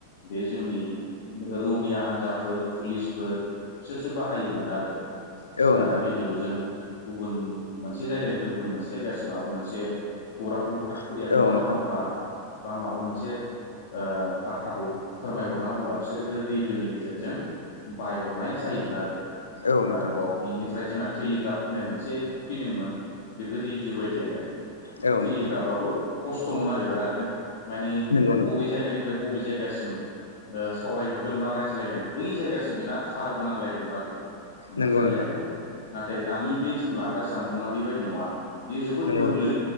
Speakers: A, on the left (about 55°); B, on the left (about 75°).
A: बे जोंनि रौनिया हान्जाफोर पुलिसफोर बिसोरसो बाहायोमोन आरो सटार
B: औ
A: रेडियअजों गुबुन मोनसे जायगानिफ्राय गुबुन मोनसे जायगासिम माबा मोनसे खौरांखौ हरथा करुरिया
B: नोंथां
A: खोन्थााहरनांगौब्ला बा माबा मोनसे ओ बाथ्राखौ फोरमायहरनांगौब्ला बिसोरो बे रेडिय'नि गेजेरजों बायहरनाय जायोमोन आरो
B: औ नोंथां
A: आरोबाव बिनिफ्राय जोंना टेलिग्राफ होननाय मोनसे फैदोंमोन बेबो रेडिय' बायदियानो बे
B: औ नोंथां
A: थिलिग्राबाबो खस्थ'मोन आरो बिरादनो। माने
B: नंगौ नोंथां।
A: बबे जायगानिफ्राय बबे जायगासिम सावरायहरगोन बा रायज्लायगोन बै जायगासिम बेना थारबो नांलायगौमोन आरो हमबासो
B: नंगौ
A: रायज्लायनो
B: नोंथां
A: हायो। नाथाय दानि बे जों लाग्रा जानबुंङआ बेबायदि नङा। बियो जोबोद
B: नंगौ
A: गोरलै
B: नोंथां